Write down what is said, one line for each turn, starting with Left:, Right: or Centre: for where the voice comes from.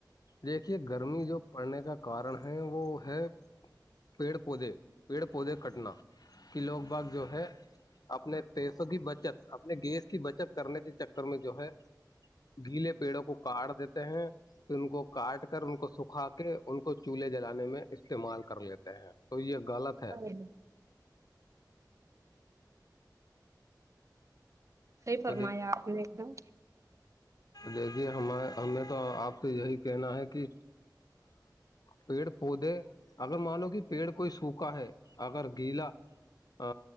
Left: دیکھیے گرمی جو پڑنے کا کارن ہے وہ ہے پیڑ پودے پیڑ پودے کٹنا کہ لوگ باغ جو ہے اپنے پیسوں کی بچت اپنے گیس کی بچت کرنے کے چکر میں جو ہے گیلے پیڑوں کو کاٹ دیتے ہیں پھر ان کو کاٹ کر ان کو سکھا کے ان کو چولہے جلانے میں استعمال کر لیتے ہیں تو یہ غلط ہے
Right: ہاں جی صحیح فرمایا
Left: تو دیک
Right: آپ نے ایک دم
Left: دیکھیے ہم ہم نے تو آپ سے یہی کہنا ہے کہ پیڑ پودے اگر مانو کہ پیڑ کوئی سوکھا ہے اگر گیلا ا